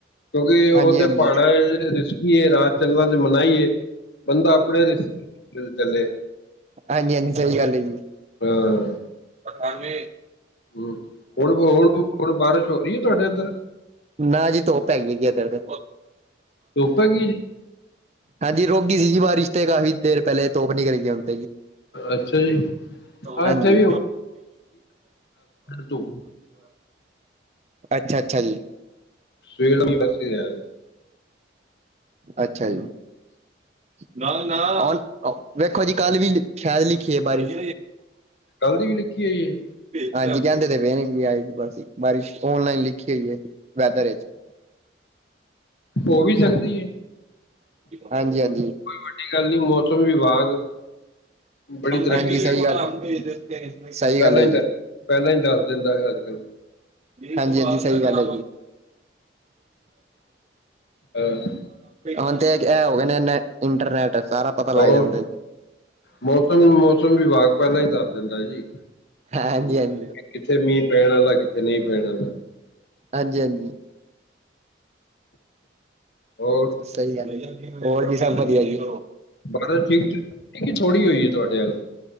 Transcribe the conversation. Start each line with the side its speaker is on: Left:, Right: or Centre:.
Left: ਕਿਉਂਕਿ ਉਹ
Right: ਹਾਂਜੀ
Left: ਤੇ
Right: ਹਾਂਜੀ
Left: ਪਹਾੜਾਂ ਤੇ ਰਿਸਕੀ, ਏ ਰਾਤ ਚੱਲਣਾ ਤੇ ਮਨਾਹੀ ਏ। ਬੰਦਾ, ਆਪਣੇ ਰਿਸਕ ਤੇ ਚੱਲੇ।
Right: ਹਾਂਜੀ ਹਾਂਜੀ, ਸਹੀ ਗੱਲ ਹੈ ਜੀ।
Left: ਹਾਂ।
Right: ਆਥਣਵੇਂ।
Left: ਹੂੰ ਹੁਣ ਹੁਣ ਹੁਣ, ਬਾਰਿਸ਼ ਹੋ ਰਹੀ ਹੈ ਤੁਹਾਡੇ ਉੱਧਰ।
Right: ਨਾ ਜੀ ਧੁੱਪ ਹੈਗੀ ਜੀ ਏਧਰ ਤੇ।
Left: ਧੁੱਪ ਹੈਗੀ ਜੀ
Right: ਹਾਂਜੀ ਰੁਕ ਗਈ ਸੀ ਜੀ ਬਾਰਿਸ਼ ਤੇ, ਕਾਫ਼ੀ ਦੇਰ ਪਹਿਲੇ ਧੁੱਪ ਨਿਕਲੀਏ ਹੈ।
Left: ਅੱਛਾ। ਜੀ ਹਾਂ
Right: ਹਾਂਜੀ।
Left: ਇੱਥੇ ਵੀ ਧੁੱਪ
Right: ਅੱਛਾ ਅੱਛਾ ਜੀ।
Left: ਸ਼ਿਵਮ ਐਂਡ੍ਰਿਸਤੀ ਤੇ ਆਜੋ।
Right: ਅੱਛਾ ਜੀ ਨਾ ਨਾ। ਵੇਖੋ ਜੀ ਕੱਲ ਵੀ ਸ਼ਾਇਦ ਲਿਖੀ ਹੈ ਬਾਰਿਸ਼।
Left: ਕੱਲ ਦੀ ਵੀ ਲਿਖੀ ਹੋਈ ਹੈ
Right: ਹਾਂਜੀ ਕਹਿੰਦੇ ਤੇ ਪਏ ਨੇ ਜੀ ਆਏਂਗੀ ਬਾਰਿਸ਼, ਓਨਲਾਈਨ ਲਿਖੀ ਹੋਈ ਹੈ ਵੈਦਰ ਵਿੱਚ।
Left: ਹੋ, ਵੀ ਸਕਦੀ ਹੈ।
Right: ਹਾਂਜੀ, ਹਾਂਜੀ।
Left: ਕੋਈ ਵੱਡੀ ਗੱਲ ਨੀ ਮੌਸਮ ਵਿਭਾਗ। ਬੜੀ ਤਰੱਕੀ
Right: ਹਾਂਜੀ ਸਹੀ ਗੱਲ ਹ, ਸਹੀ
Left: ਪਹਿਲਾਂ
Right: ਗੱਲ ਹੈ
Left: ਹੀ
Right: ਜੀ।
Left: ਪਹਿਲਾਂ ਹੀ ਦੱਸ ਦਿੰਦਾ ਹੈ, ਅੱਜ ਕੱਲ੍ਹ।
Right: ਹਾਂਜੀ ਹਾਂਜੀ ਸਹੀ ਗੱਲ ਹੈ।
Left: ਅਹ
Right: ਹੁਣ ਤੇ ਇਹ ਹੋ ਗਏ ਨੇ, ਨੈੱਟ ਇੰਟਰਨੈਟ। ਸਾਰਾ ਪਤਾ
Left: ਹੋਰ
Right: ਲੱਗ ਜਾਂਦਾ ਜੀ
Left: ਮੌਸਮ ਮੌਸਮ, ਵਿਭਾਗ ਪਹਿਲਾਂ ਹੀ ਦੱਸ ਦਿੰਦਾ ਜੀ।
Right: ਹਾਂ, ਹਾਂਜੀ ਹਾਂਜੀ।
Left: ਕਿੱਤੇ ਮੀਂਹ ਪੈਣ ਵਾਲਾ, ਕਿੱਤੇ ਨਹੀਂ ਪੈਣ ਵਾਲਾ।
Right: ਹਾਂਜੀ, ਹਾਂਜੀ।
Left: ਹੋਰ।
Right: ਸਹੀ ਗੱਲ ਹੈ, ਹੋਰ ਜੀ ਸਭ ਵਧੀਆ ਜੀ।
Left: ਬਾਰਿਸ਼ ਠੀਕ ਠਾਕ ਕਿ ਥੋੜ੍ਹੀ ਹੋਈ ਹੈ ਤੁਹਾਡੇ ਵੱਲ